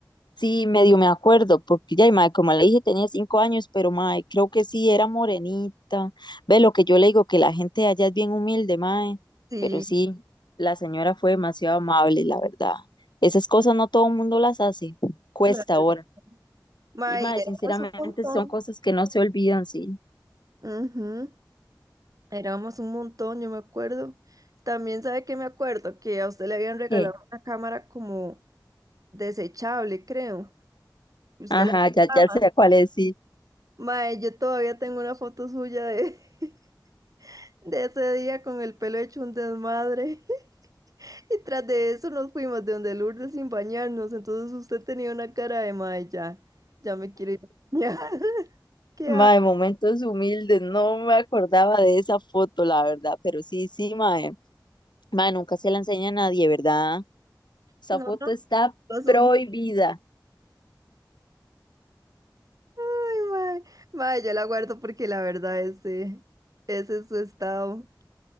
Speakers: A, on the left; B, on the right.
A: sí, medio me acuerdo, porque ya, y mae, como le dije, tenía cinco años, pero mae, creo que sí, era morenita. Ve lo que yo le digo, que la gente de allá es bien humilde, mae,
B: Sí,
A: pero sí, la señora fue demasiado amable, la verdad. Esas cosas no todo el mundo las hace, cuesta
B: la verdad.
A: ahora.
B: Mae,
A: Y mae,
B: y éramos
A: sinceramente
B: un montón.
A: son cosas que no se olvidan, sí.
B: Ujú. Éramos un montón, yo me acuerdo. También sabe que me acuerdo que a usted le habían regalado
A: Eh,
B: una cámara como desechable, creo. Y usted
A: Ajá,
B: la llevaba.
A: ya, ya sé cuál es, sí.
B: Mae, yo todavía tengo una foto suya de, <laughs> de ese día con el pelo hecho un desmadre. <laughs> Y tras de eso nos fuimos de donde Lourdes sin bañarnos. Entonces usted tenía una cara de mae, ya, ya me quiero ir. a bañar". <laughs> ¿Qué ha-
A: Mae, momentos humildes, no me acordaba de esa foto, la verdad, pero sí, sí, mae. Ma, nunca se la enseña a nadie, ¿verdad? Esa
B: No,
A: foto
B: no,
A: está
B: lo subí
A: prohibida.
B: Ay, mae, mae, yo la guardo porque la verdad ese, ese es su estado.